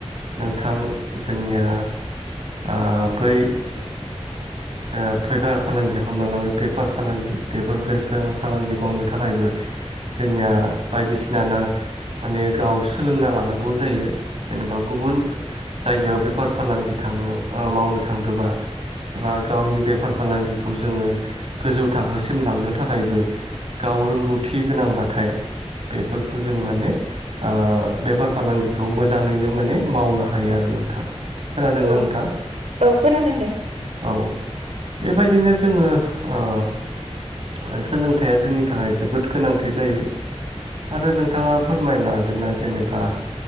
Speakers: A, on the right; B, on the right.
A: नोंथां जोंनिया आ बै ओ फैफार फालांगि हमना लाबाय बेफार फालांगि बेफोर बेफार फालांगि मावनो थाखायबो जोंनिया बायदिसिना ना माने गाव सोलोंना लानांगौ जायो जेनेबा गुबुन जायगायाव बेफार फालांगि थांनो ओ मावनो थांदोंबा एबा गावनि बेफार फालांगिखौ जोङो गोजौ थाखोसिम लांनो थाखायबो गाव रोंगौथि गोनांबाथाय बेफोरखौ जों माने आ बेफार फालांगिखौ मोजाङैनो माने मावनो हायो आरो नोंथां। खोनादोंना
B: औ
A: नोंथां?
B: औ खोनादों दे
A: औ बेबायदिनो जोङो ओ ओ सोलोंथाइया जोंनि थाखाय जोबोद गोनांथि जायो। आरो नोंथाङा फोरमायनो हागोन ना जेनेबा